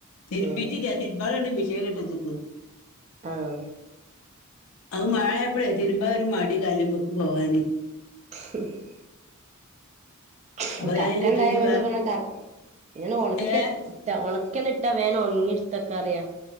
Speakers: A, on the left (about 70°); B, on the right (about 30°).
A: തിര്ബീറ്റില്ല
B: ഉം
A: തിര്ബാളേ മിഷേൽ ഇട്ടച്ചിട്ട്ണ്ട്.
B: ആഹ്
A: അത് മഴ എപ്പഴേ തിരുമ്പാഒരു മടി കല്ല്മ്മക്ക് പോകാന്
B: <unintelligible> ഹ്
A: അപ്പൊ
B: കർക്കണ്ടായകൊണ്ട്
A: ഞാൻ അയിലിട്ടിട്ട് വേ
B: പിന്നെ കർ ഇങ്ങെ ഒണക്ക
A: ഏഹ്
B: താ ഒണക്കിഒന്ന് ട്ട വേണോ ഒണങ്ങി ഇട്ത്തക്ക അറിയാ